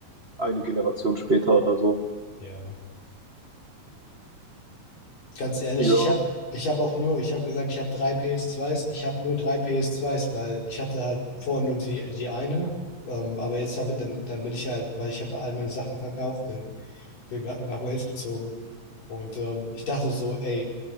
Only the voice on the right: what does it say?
eine Generation später oder so.
Ja.